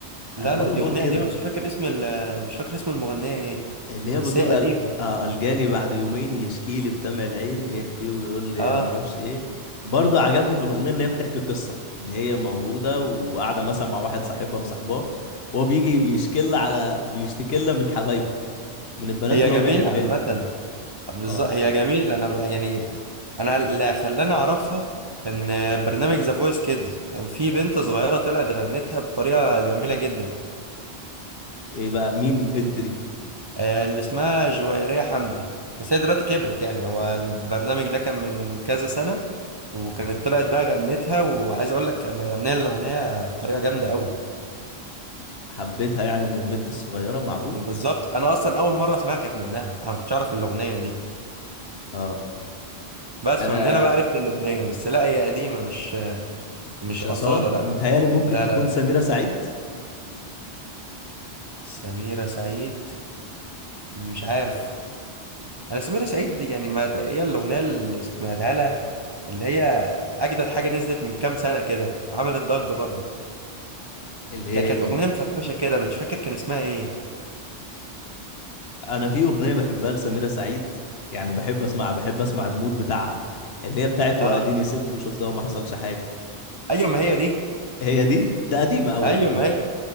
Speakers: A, on the right; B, on the left.
A: لا
B: أنا برضه
A: لا دي
B: بقول
A: اغنيه
B: كده
A: قديمه مش فاكر اسم ال- مش فاكر اسم المغنيه ايه
B: اللي هي بتقول
A: بس هي قديمه
B: ال... آه الجاني بعد يومين يشكي لي بدمع العين يحكي ويقول لي
A: اه
B: معرفش إيه برضه عجبني في الأغنية إن هي بتحكي قصة إن هي موجودة وقاعدة مثلا مع واحد صاحبها مصاحباه وهو بيجي بيشكي لها على بيشتكي لها من حبايبه من البنات
A: هي
B: اللي
A: جميله
B: هو بيحبها
A: عامه بالظبط
B: اه
A: هي جميله انا بقى يعني انا اللي خلاني اعرفها كان آه، برنامج ذا فويس كيدز كان في بنت صغيره طلعت غنتها بطريقه جميله جدا
B: ايه بقى مين البنت دي
A: آه، اللي اسمها جويرية حمدي بس هي دلوقتي كبرت يعني هو البرنامج ده كان من كذا سنة وكانت طلعت بقى غنتها وعايز اقول لك مغنية الأغنية بطريقة جامدة قوي
B: حبيتها يعني من البنت الصغيرة معقول
A: بالظبط انا اصلا اول مرة اسمعها كانت منها انا ما كنتش اعرف الأغنية دي
B: اه
A: بس
B: انا
A: فمن هنا بقى عرفت الأغنية بس لا هي قديمة مش مش
B: مش
A: أصالة
B: أصالة
A: لا
B: متهيالي ممكن
A: لا
B: تكون
A: لا لا
B: سميرة سعيد
A: سميرة سعيد مش عارف انا سميرة سعيد دي يعني ما هي الأغنية اللي سمعتها لها اللي هي اجدد حاجة نزلت من كام سنة كده عملت ضجة برضو
B: اللي هي
A: ك- كانت
B: ايه دي
A: اغنيه مفرفشه كده مش فاكر كان اسمها ايه
B: انا في أغنية بحبها لسميرة سعيد يعني بحب اسمعها بحب اسمع المود بتاعها اللي هي بتاعت
A: اه
B: واديني سبت وشفت اهو ما حصلش حاجة
A: ايوه ما هي دي
B: هي دي ده قديمة قوي
A: ايوه
B: يا عم
A: ما
B: دي
A: هي